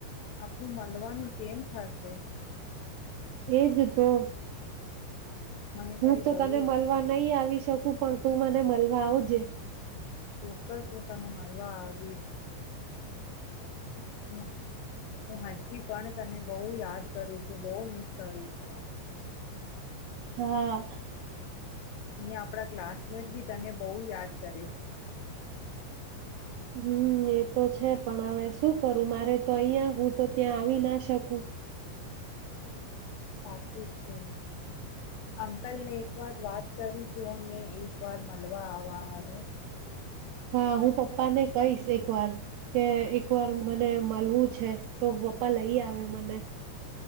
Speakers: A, on the left; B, on the right.
A: આપણું મળલવાનું કેમ થશે
B: એ જ તો.
A: મને
B: હું
A: તારી
B: તો
A: બહુ
B: તને મળવા નહી આવી શકું પણ તું મને મળવા આવજે
A: તો. ચોક્કસ હું તને મળવા આવીશ હમ હું મારી પછી પણ તને બહુ યાદ કરું છું બહુ મિસ કરું છું.
B: હા
A: અહીં આપણા ક્લાસમેટ બી તને બહુ યાદ કરે છે
B: હમ એ તો છે પણ હવે શું કરું મારે તો અહીં હું તો ત્યાં આવી ના શકું
A: સાચ ચું છે અંકલને એક વાર વાત કરી જો ને એક વાર મલવા આવા હારું
B: હા હું પપ્પાને કહીશ એક વાર કે એક વાર મને મલવું છે તો પપ્પા લઈ આવે મને